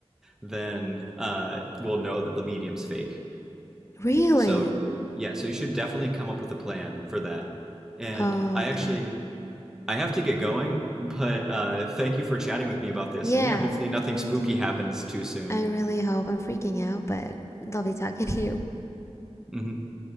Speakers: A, in the centre; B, on the left.
A: then uh, we'll know that the medium's fake.
B: Really?
A: So yeah, so you should definitely come up with a plan for that. And
B: Oh,
A: I
B: okay.
A: actually I have to get going, but uh, thank you for chatting with me about this.
B: Yeah.
A: And yeah, hopefully nothing
B: We
A: spooky happens too soon.
B: I really hope I'm freaking out, but love you talking to you.
A: hmm